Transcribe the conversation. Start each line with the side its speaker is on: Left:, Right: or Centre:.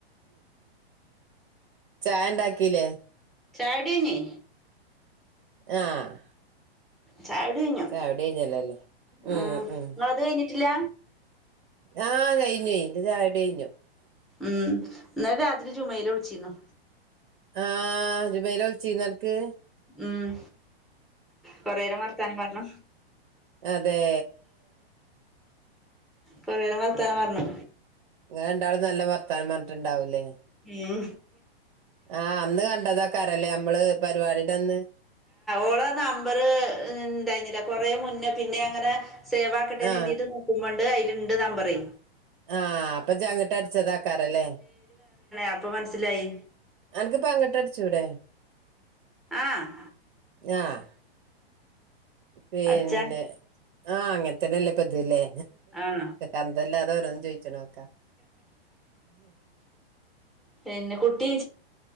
Right: ചായ ഇണ്ടാക്കീലെ
Centre: ചായുടി കഴിഞ്ഞെ
Right: ആഹ്
Centre: ചായുടി കഴിഞ്ഞു
Right: ചായുടി കഴിഞ്ഞല്ലല്ലേ ഉം
Centre: ആഹ്
Right: ഉം
Centre: ഇങ്ങെൾത് കഴിഞ്ഞിട്ട് ഇല്ല
Right: ആഹ് കഴിഞ്ഞൊയ് ഇന്റെ ചായുടി കഴിഞ്ഞു
Centre: ഉം ഇന്നെലെ രാത്രി ജുമൈല വുൾച്ചിന്നു
Right: ആഹ് ജുമൈല വുൾച്ചിന്നോ അന്ക്ക്
Centre: ഉം കൊറെരം വർത്താനം പർണു
Right: അതെ
Centre: കൊറേരം വർത്താനം പർണു
Right: ഇങ്ങെൾ രണ്ടാളും നല്ല വർത്താനം പർൺട്ട് ഇണ്ടാവും ലെ
Centre: ഉം
Right: ആഹ് അന്ന് കണ്ടതാക്കാരം ലെ നമ്മെൾ പര്പാടിന്റെ അന്ന്
Centre: ഓളെ നമ്പെർ ഇണ്ടായ്ന്നില്ല കൊറെ മുന്നേ പിന്നെ ഞാ ഇങ്ങെനെ സേവാക്കട്ടെ എന്നു
Right: ആഹ്
Centre: കരുതീട്ട് നോക്കുമ്പോണ്ട് അതിലുണ്ട് നമ്പറ്
Right: ആഹ് അപ്പൊ ചങ്കിട്ടടിച്ചതാക്കാറല്ലേ
Centre: അപ്പ മനസ്സിലായി
Right: അനക്ക് പങ്കിട്ടടച്ചൂടെ
Centre: ആഹ്
Right: ആഹ് പിന്നെ
Centre: അടിച്ചാ
Right: ആ അങ്ങനെത്തന്നെല്ല പതില്ലേ
Centre: ആഹ്
Right: അല്ല എതരന്ന് ചോയിച്ച് നോക്കാ
Centre: പിന്നെ കുട്ടിയ